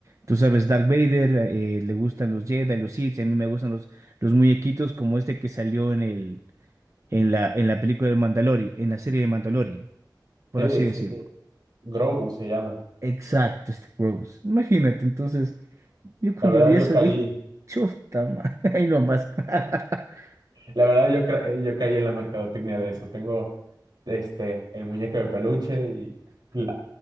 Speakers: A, on the right (about 40°); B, on the right (about 65°).
A: tú sabes, Darth Vader, eh, le gustan los Jedi, los Sith, y a mí me gustan los, los muñequitos como este que salió en el, en la, en la película de Mandalorian, en la serie de Mandalorian, por
B: Sí,
A: así
B: sí,
A: decirlo.
B: sí, Grogu se llama.
A: Exacto, este Gross. Imagínate, entonces, yo cuando
B: La verdad
A: vi
B: yo
A: eso
B: caí.
A: dije, chuta, ma, <laughs> ahí nomás. <laughs>
B: La verdad, yo, cre- yo caí en la mercadotecnia de eso. Tengo este, el muñeco de peluche y la,